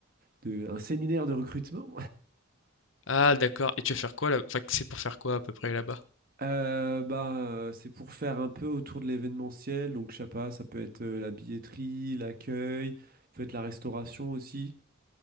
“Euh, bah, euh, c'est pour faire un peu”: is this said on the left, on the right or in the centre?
Right